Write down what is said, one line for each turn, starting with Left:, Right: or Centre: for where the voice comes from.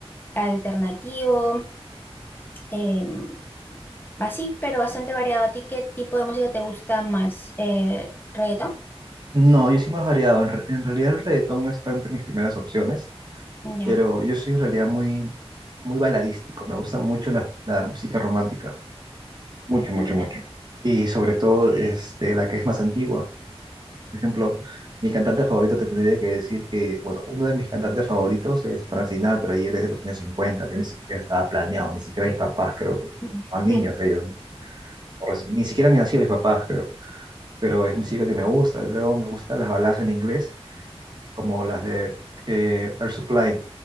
Left: alternativo, em, así, pero bastante variado. ¿A ti qué tipo de música te gusta más? Eh, ¿reggaetón?
Right: No, yo soy más variado. En, re- en realidad el reggaetón no está entre mis primeras opciones,
Left: Ya.
Right: pero yo soy en realidad muy, muy baladístico. Me gusta mucho la, la música romántica. Mucho, mucho,
Left: Ah, mira.
Right: mucho. Y sobre todo este, la que es más antigua. Por ejemplo, mi cantante favorito te tendría que decir que, bueno, uno de mis cantantes favoritos es Frank Sinatra y él es de los años 50. Yo ni siquiera estaba planeado, ni siquiera mis papás creo que
Left: <laughs>
Right: eran niños ellos, ¿no? O reci- ni siquiera han nacido mis papás creo, pero es música que me gusta. Luego me gustan las baladas en inglés, como las de eh, Air Supply.